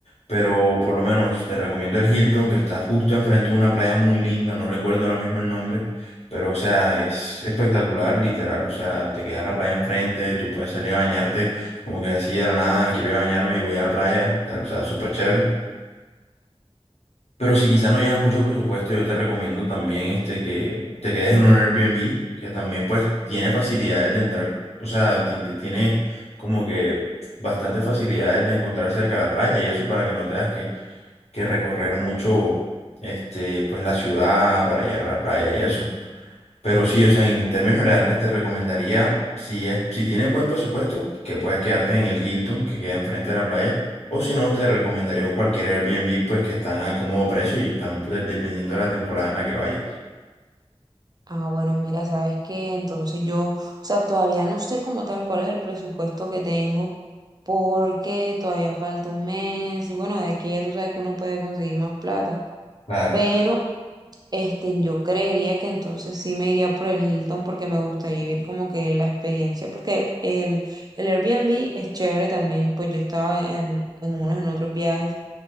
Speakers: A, on the left (about 80°); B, on the right (about 40°).
A: pero por lo menos te recomiendo el Hilton, que está justo enfrente de una playa muy linda, no recuerdo ahora mismo el nombre, pero o sea, es espectacular, literal, o sea, te queda la playa enfrente, tú puedes salir a bañarte como que así de la nada, quiero ir a bañarme y voy a la playa, tal, o sea, súper chévere. Pero si quizá no llevas mucho presupuesto, yo te recomiendo también este que te quedes en un Airbnb, que también pues tiene facilidades de entrar, o sea, ti- ti- tiene como que bastantes facilidades de encontrar cerca de la playa y eso para que no tengas que, que recorrer mucho este pues la ciudad para llegar a la playa y eso. Pero sí, o sea, en términos reales te recomendaría, si es, si tienes buen presupuesto, que puedas quedarte en el Hilton, que queda enfrente de la playa, o si no, te recomendaría cualquier Airbnb, pues que están a cómodo precio y también pues, de- dependiendo de la temporada en la que vayas.
B: Ah, bueno, mira, ¿sabes qué? Entonces yo, o sea, todavía no sé como tal cuál es el presupuesto que tengo, porque todavía falta un mes y bueno, de aquí ya tú sabes que uno puede conseguir más plata
A: Claro,
B: pero este, yo creería que entonces sí me iría por el Hilton porque me gustaría vivir como que la experiencia, porque el, el Airbnb es chévere también, pues yo estaba en, en unos, en otros viajes,